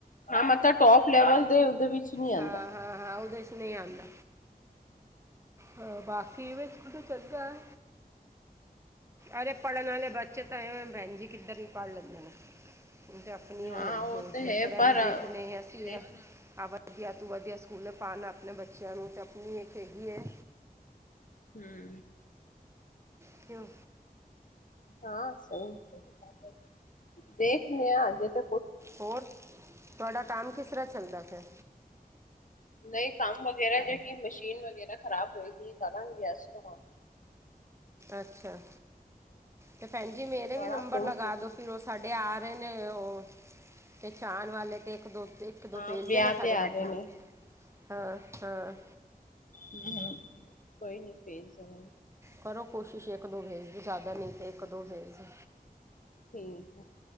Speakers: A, on the left; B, on the right.
A: ਹਾਂ ਮਤਲਬ ਟੋਪ ਲੈਵਲ ਦੇ- ਓਦੇ ਵਿੱਚ ਨੀ ਆਂਦਾ।
B: ਹਾਂ ਹਾਂ ਹਾਂ ਉਹਦੇ 'ਚ ਨਹੀਂ ਆਉਂਦਾ ਹਾਂ ਬਾਕੀ ਇਵੇਂ ਸਕੂਲ ਤੇ ਚਲਦਾ, ਅਰੇ ਪੜ੍ਹਨ ਵਾਲੇ ਬਚ ਚੇ ਤਾਂ ਐਵੇਂ ਬੈਣ ਜੀ ਕਿੱਧਰ ਵੀ ਪੜ੍ਹ ਲੈਂਦੇ ਨੇ। ਤੇ ਆਪਣੀ
A: ਹਾਂ
B: ਉਹ
A: ਤੇ
B: ਠੀਕ
A: ਹੈ
B: ਰਹਿੰਦੀ
A: ਪਰ
B: ਹੈ ਕਿ ਨਹੀਂ ਅਸੀਂ
A: ਦੇਖ
B: ਆ ਵਧੀਆ ਤੋਂ ਵਧੀਆ ਸਕੂਲ ਪਾਉਣ ਆਪਣੇ ਬੱਚਿਆਂ ਨੂੰ ਤੇ ਆਪਣੀ ਇੱਕ ਹੈਗੀ ਹੈ।
A: ਹਮ।
B: ਪਖਓ।
A: ਹਾਂ ਸਹੀ ਗੱਲ ਏ, ਦੇਖਦੇ ਹ ਅਜੇ ਤ
B: ਹੋਰ ਤੁਹਾਡਾ ਕੰਮ ਕਿਸ ਤਰ੍ਹਾਂ ਚੱਲਦਾ ਪੈਂਦਾ।
A: ਨਹੀਂ ਕੰਮ ਵਗੈਰਾ ਜਿ ਕਿ ਮਸ਼ੀਨ ਵਗੈਰਾ ਖ਼ਰਾਬ ਹੋਗੀ ਕਰਾਂ ਗੈਸ ਤੋਂ ਕੰਮ।
B: ਅੱਛਾ ਤੇ ਭੈਣ ਜੀ ਮੇਰੇ
A: ਬੜਾ
B: ਵੀ ਨੰਬਰ
A: ਘੁੰਮ
B: ਲਗਾ ਦੋ
A: ਲ
B: ਫਿਰ ਉਸ ਸਾਡੇ ਆ ਰਹੇ ਨੇ ਉਹ ਪਹਿਚਾਣ ਵਾਲੇ ਤੇ ਇੱਕ ਦੋ ਤ ਇਕ ਦੋਂ
A: ਹਾਂ
B: ਭੇਜਦੇ
A: ਵਿਆਹ
B: ਨਾ ਸਾਡੇ
A: ਤੇ ਆ
B: ਕੱਪੜੇ
A: ਰਹੇ ਨੇ
B: ਹਾਂ-ਹਾਂ।
A: ਹਮ-ਹਮ ਕੋਈ ਨੀ ਪੇਜ਼ ਦਾ
B: ਕਰੋ ਕੋਸ਼ਿਸ਼ ਇੱਕ, ਦੋ ਭੇਜ ਦ ਜ਼ਿਆਦਾ ਨਹੀਂ ਤੇ ਇੱਕ, ਦੋ ਭੇਜਦੋ।
A: ਠੀਕ ਹੈ।